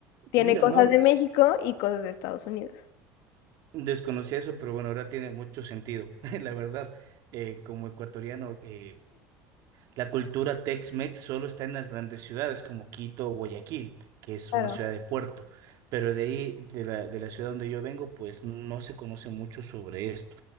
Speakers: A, on the left; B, on the right.
A: tiene
B: mira,
A: cosas
B: no
A: de México y cosas de Estados Unidos.
B: desconocía eso, pero bueno, ahora tiene mucho sentido. <laughs> La verdad, eh, como ecuatoriano, eh, La cultura Tex-Mex solo está en las grandes ciudades como Quito o Guayaquil, que es
A: Claro.
B: una ciudad de puerto, pero de ahí, de la, de la ciudad donde yo vengo, pues no se conoce mucho sobre esto,